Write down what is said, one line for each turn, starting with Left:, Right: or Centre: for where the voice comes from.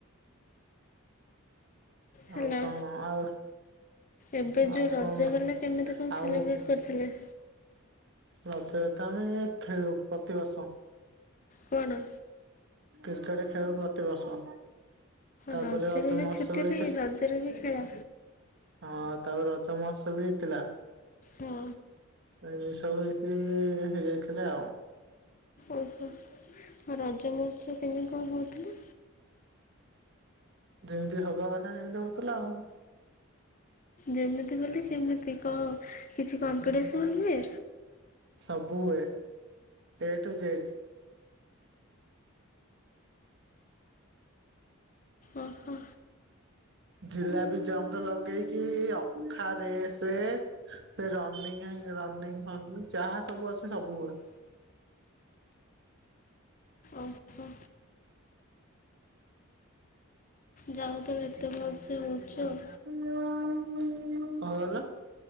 Left: ହେଲା
Right: ଆଉ କଣ ଆଉ
Left: ଏବେ ଯୋଉ
Right: ଆଉ
Left: ରଜ
Right: କଣ
Left: ଗଲା କେମିତି କଣ
Right: ଆଉ
Left: ସେଲିବ୍ରେଟ କରିଥିଲେ?
Right: ରଜରେ ତ ଆମେ ଖେଳୁ ପ୍ରତିବର୍ଷ
Left: କଣ?
Right: କ୍ରିକେଟ ଖେଳ ପ୍ରତିବର୍ଷ ତାପରେ
Left: ରଜରେ
Right: ରଜ
Left: ବି
Right: ମହୋତ୍ସବ
Left: ଛୁଟି
Right: ହେଇଥିଲା
Left: ନାହିଁ ରଜରେ ବି ଖେଳ
Right: ହଁ ତାପରେ ରଜମହସ ବି ହେଇଥିଲା।
Left: ହଁ।
Right: ଏମି ସବୁ ଏଇଠି ହେଇଯାଇଥିଲେ ଆଉ।
Left: ଓହୋ। ହଁ ରଜ ମହଉଚ୍ଛବ କେମିତି କଣ ହଉଥିଲା?
Right: ଯେମିତି ହବା କଥା ସେମିତି ହଉଥିଲା ଆଉ।
Left: ଜାମେତି ବୋଲେ କେମିତି କଣ କିଛି କମ୍ପିଟିସନ ହୁଏ?
Right: ସବୁ ହୁଏ ଏ ଟୁ ଜେଡ।
Left: ଓହୋ।
Right: ଜିଲାପି ଜମ୍ପ ରୁ ଲାଗେଇକି ଅଖା ରେସ ସେ ରନିଂ ରନିଂ ଫନିଂ ଯାହା ସବୁ ଅଛି ସବୁ ହୁଏ।
Left: ଓହୋ ଯାହା ହଉ ତାହଲେ ଏତେ ଭଲ ସେ ହଉଛି ଆଉ।
Right: କଣ କହିଲ ହୁଁ